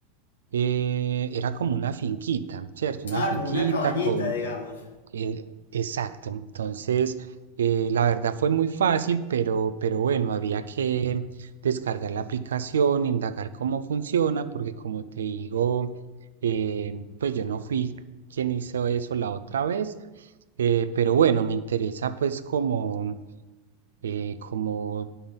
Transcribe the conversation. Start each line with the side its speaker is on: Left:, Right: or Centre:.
Right: eh, era como una finquita, ¿cierto? Una
Left: Ah,
Right: finquita
Left: como una cabañita,
Right: con...
Left: digamos.
Right: eh, exacto. Entonces, eh, la verdad fue muy fácil, pero, pero bueno, había que descargar la aplicación, indagar cómo funciona, porque como te digo, eh, pues yo no fui quien hizo eso la otra vez, eh, pero bueno, me interesa pues como... eh, como